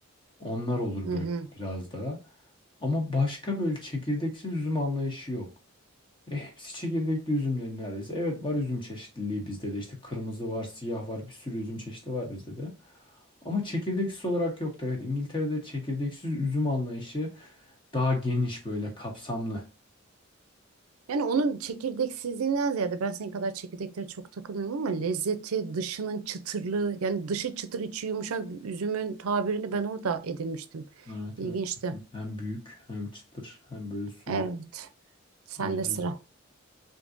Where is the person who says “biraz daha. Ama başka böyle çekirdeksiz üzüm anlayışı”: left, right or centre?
Left